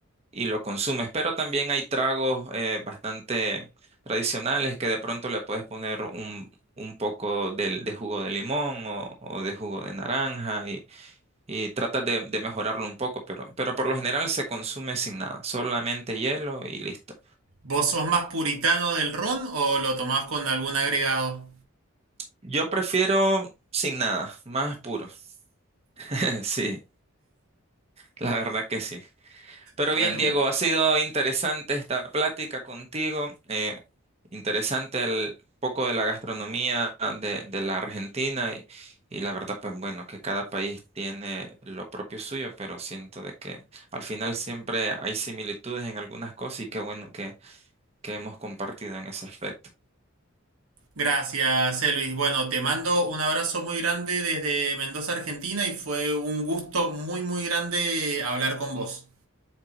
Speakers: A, on the right; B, on the right.
A: y lo consumes. Pero también hay tragos eh, bastante tradicionales que de pronto le puedes poner un, un poco del- de, jugo de limón o, o de jugo de naranja y y tratas de, de mejorarlo un poco, pero, pero por lo general se consume sin nada, solamente hielo y listo.
B: ¿Vos sos más puritano del ron o lo tomás con algún agregado?
A: Yo prefiero sin nada, más puro. <laughs> Sí, la verdad que sí. Pero
B: Bueno,
A: bien, Diego,
B: me,
A: ha sido interesante esta plática contigo, eh, interesante el poco de la gastronomía de, de la Argentina y, y la verdad, pues bueno, que cada país tiene lo propio suyo, pero siento de que al final siempre hay similitudes en algunas cosas y qué bueno que que hemos compartido en ese aspecto.
B: Gracias, eh, Luis. Bueno, te mando un abrazo muy grande desde Mendoza, Argentina, y fue un gusto muy, muy grande hablar con vos.